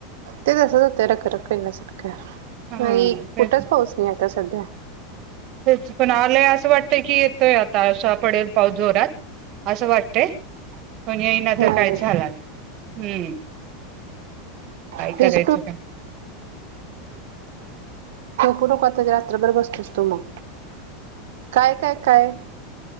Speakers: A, on the right (about 75°); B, on the right (about 45°).
A: ते असच होते रखरखी ना सुटका
B: हा
A: नाही
B: तेच
A: कुठंच पाऊच नाही आता सध्या
B: तेच पण आलय अस वाट ते की येतोय आता असा पडेल पाऊस जोरात असं वाटतय पण येई ना
A: नाही
B: तर काहीच झाला नाही. हम्म
A: <unintelligible> पतज
B: काय करायचं का
A: तू रात्रभर बसतोस तू मग काय काय काय